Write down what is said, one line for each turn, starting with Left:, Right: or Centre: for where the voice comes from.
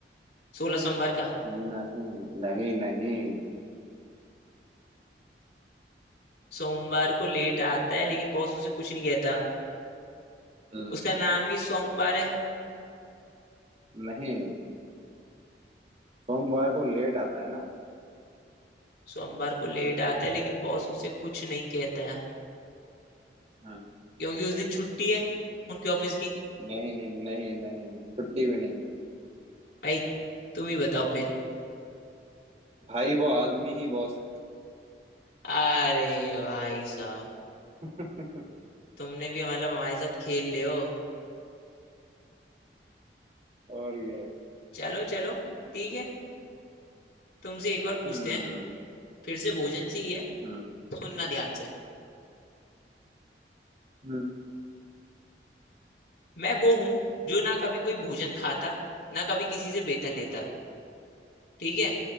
Left: सोलह सोमवार का
Right: नहीं नहीं नहीं
Left: सोमवार को लेट आता है लेकिन बॉस उसे कुछ नहीं कहता
Right: हम्म
Left: उसका नाम ही सोमवार है
Right: नहीं सोमवार को लेट आता है ना
Left: सोमवार को लेट आता है लेकिन बॉस उसे कुछ नहीं कहता है।
Right: हाँ।
Left: क्योंकि उस दिन छुट्टी है उनके ऑफिस की
Right: नहीं नहीं नहीं छुट्टी भी नहीं है
Left: भाई तुम ही बताओ फिर
Right: भाई वो आदमी ही बॉस
Left: अरे भाई साहब
Right: है <laughs>
Left: तुमने भी मतलब हमारे साथ खेल ले हो
Right: और क्या
Left: चलो चलो ठीक है तुमसे एक और पूछते
Right: हम्म
Left: हैं फिर से भोजन से ही है
Right: हम्म
Left: सुनना ध्यान से
Right: हम्म
Left: मैं वो हूँ जो ना कभी कोई भोजन खाता ना कभी किसी से वेतन लेता ठीक है